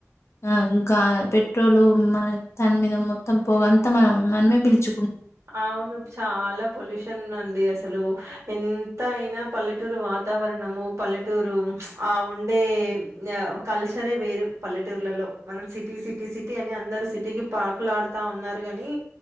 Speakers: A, on the left; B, on the right.
A: ఆ ఇంక పెట్రోలు మన దాని మీద మొత్తం పోగ అంత మనం మనమే పీల్చు
B: అవును చాల పొల్యూషన్ అంది అస లు ఎంత అయినా పల్లెటూరు వాతావరణము పల్లెటూరు ప్చ్ ఆ ఉండే కల్చరే వేరు పల్లెటూర్లలో మనం సిటీ సిటీ సిటీ అని అందరు సిటీకి పాకులాడుతా ఉన్నారు కాని